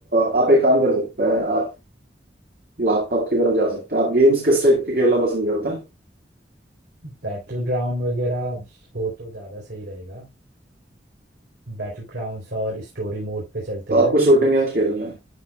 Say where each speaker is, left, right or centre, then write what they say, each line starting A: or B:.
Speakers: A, on the right; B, on the right.
A: अ, आप एक काम कर सकते हैं आप लैपटॉप की तरफ जा सकते हैं आप गेम्स किस टाइप के खेलना पसंद करते हैं
B: बैटल ग्राउंड वगैरह हो तो ज़्यादा सही रहेगा बैटल ग्राउंड्स और स्टोरी मोड पे चलते
A: तो
B: हैं
A: आपको
B: ना गेम्स
A: शूटिंग गेम्स खेलना है